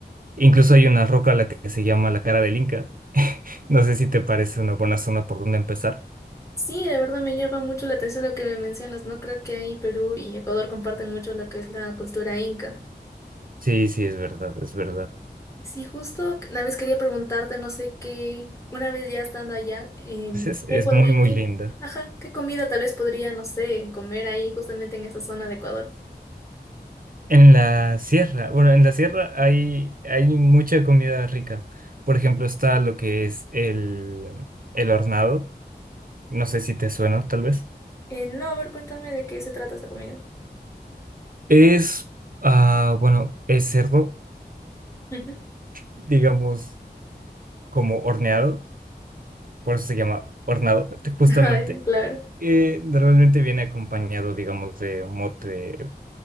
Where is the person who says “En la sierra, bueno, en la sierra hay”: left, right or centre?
Right